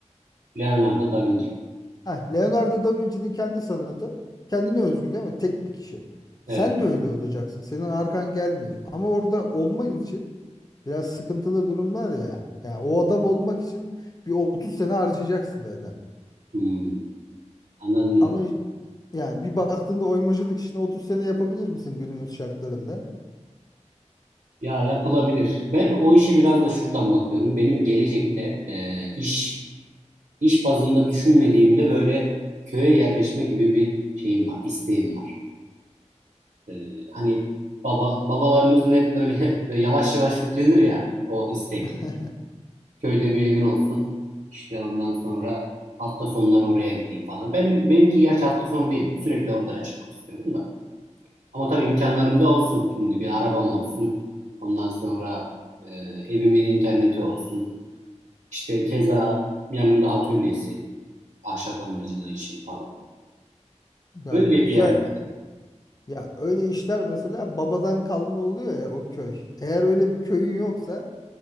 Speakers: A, on the right; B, on the left.
A: Leonardo da Vinci.
B: Heh, Leonardo da Vinci'nin kendi sanatı kendine özgü değil mi? Tek bir kişi.
A: Evet.
B: Sen de öyle olacaksın. Senin arkan gelmeyecek. Ama orada olman için biraz sıkıntılı durumlar ya. Yani o adam olmak için bir 30 sene harcayacaksın zaten.
A: Hmm, anladım ne
B: Ama
A: demek.
B: yani bir baktığında oymacılık işini 30 sene yapabilir misin günümüz şartlarında?
A: Ya yapılabilir. Ben o işe biraz da şuradan bakıyorum. Benim gelecekte e, iş iş bazında düşünmediğimde böyle köye yerleşme gibi bir şeyim var, isteğim var. E, hani baba babalarımızın hep öyle, <laughs> böyle yavaş yavaş yüklenir ya o istek.
B: <laughs>
A: Köyde bir evin olsun. İşte ondan sonra hafta sonları oraya gideyim falan. Benim benimki gerçi hafta sonu değil. Sürekli orada yaşamak istiyorum da. Ama tabii imkanlarım da olsun. Şimdi bir arabam olsun. Ondan sonra e, evimin interneti olsun. İşte keza yanında atölyesi, ahşap oymacılığı için falan.
B: Yani
A: Öyle
B: güzel
A: bir yerden
B: ya öyle işler mesela babadan kalma oluyor ya o köy. Eğer öyle bir köyün yoksa